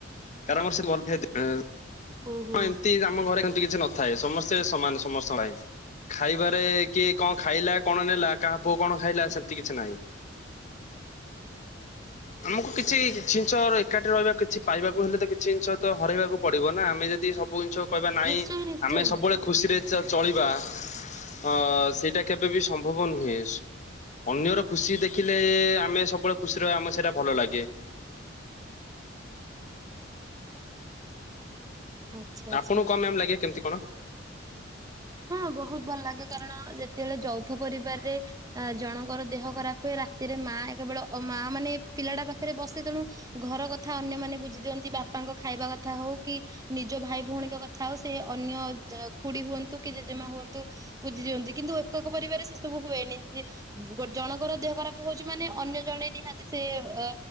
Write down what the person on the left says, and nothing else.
କାରଣର ସେ <unintelligible> ହଁ
ଏମିତି ଆମ ଘ ସେ କିଛି ନଥାଏ ସମସ୍ତେ ସମାନ ସମସ୍ତ ପାଇଁ ଖାଇବାରେ କିଏ କଣ ଖାଇଲା କଣ ନେଲା କାହା ପୁଅ କଣ ଖାଇଲା ସେମିତି କିଛି ନାହିଁ। ଆମକୁ କିଛି କିଛି ଜିନିଷ ଏକାଠି ରହିବା କିଛି ପାଇବାକୁ ହେଲେ ତ କିଛି ଜିନିଷ ତ ହରାଇବାକୁ ପଡିବ ନା ଆମେ ଯଦି ସବୁ କହିବା ନାହିଁ
ଆମେ ସବୁବେଳେ ଖୁସିରେ ଚଳିବା ଆଁ ସେଇଟା କେବେ ବି ସମ୍ଭବ ନୁହେଁ ଅନ୍ୟର ଖୁସି ଦେଖିଲେ। ଆମେ ସବୁବେଳେ ଖୁସି ରହୁ ଆମେ ସେଇଟା ଭଲ ଲାଗେ।
ଆପଣଙ୍କୁ
କଣ ମ୍ୟାମ୍ ଲାଗେ? କଣ?